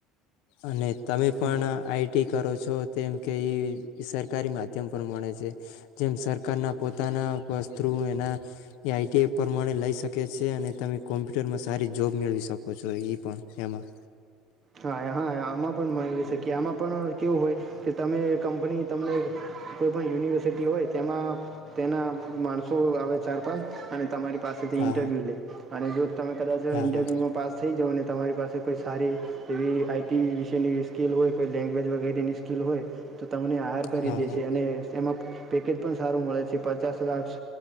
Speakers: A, on the left (about 60°); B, on the right (about 35°).
A: અને તમે પણ
B: હમ
A: આઈટી કરો છો તેમ કે એ સરકારી માધ્યમ પર મળણે છે જેમ સરકારના પોતાના વ થ્રુ એના આઈટી પ્રમાણે લઈ શકે છે અને તમે કોમ્પ્યુટરમાં સારી જોબ મેળવી શકો પછો એ પણ એમાં.
B: હા હા આમાં પણ મા શકીએ આમાં પણ કેવું હોય કે તમે કંપની તમને કોઈ પણણ યુનિવર્સિટી હોય તેમાં તેના માણસો આવે ચાર પાંચ અને તમારી પાસેથીઇન્ટરવ્યૂ
A: હા
B: લે અને જો તમે કદાચ
A: હા
B: ઇન્ટરવ્યુ
A: હા
B: માં પાસ થઈ જાવ તમારી પાસે કોઈ સારી એવી આઈટી વિશેની સ્કિલ હોય કોઈ લેંગ્વેજ વગેરેની સ્કિલ હોય તો તમને આહાર કરી
A: હા
B: દે
A: હા હા
B: છે અને એમાં પેકેજ પણ સારું મળે છે પચાસ લાખ